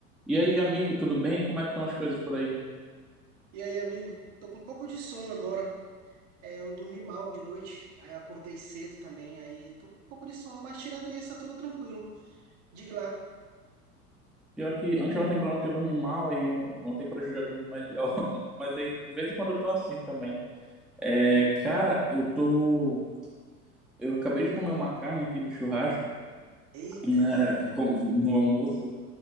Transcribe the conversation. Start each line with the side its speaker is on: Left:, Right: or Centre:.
Centre: E aí, amigo, tudo bem? Como é que estão as coisas por aí?
Right: E aí, amigo, tô com um pouco de sono agora. É, eu dormi mal de noite, aí acordei cedo também, aí tô com um pouco de sono, mas tirando isso, tá tudo tranquilo. Diga lá.
Centre: Pior que anteontem pra ontem eu dormi mal, aí on- ontem pra hoje eu já dormi melhor. <laughs> Mas aí, de vez em quando eu tô assim também. É, cara, eu tô... Eu acabei de comer uma carne aqui de churrasco,
Right: Eita,
Centre: né, <laughs> com- no almoço.